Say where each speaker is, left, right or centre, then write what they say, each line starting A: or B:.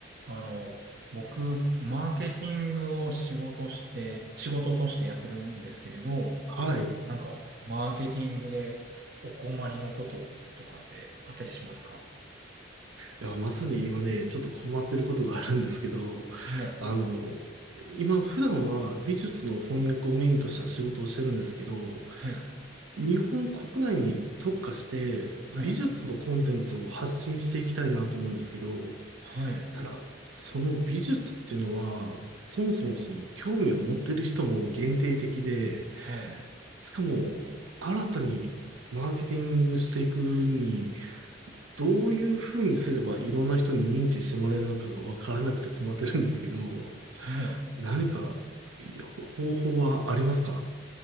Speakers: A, on the right; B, on the right.
A: あの、僕、マーケティングを仕事して、仕事としてやってるんですけれど、
B: はい。い
A: なんか、マーケティングでお困りのこととかってあったりしますか
B: や、まさに今ね、ちょっと困ってることがあるんですけど、
A: はい、
B: あの、今普段は美術の翻訳をメインとした仕事をしてるんですけど、
A: はい、
B: 日本国内に特化して美術のコンテンツを発信していきたいなと思うんですけど、
A: はい、はい、
B: ただ、その美術っていうのは、そもそもその興味を持ってる人も限定的で、
A: はい、
B: しかも新たにマーケティングしていくにどういうふうにすればいろんな人に認知してもらえるのかが分からなくて困ってるんですけど、
A: はい、
B: 何かいやほ方法はありますか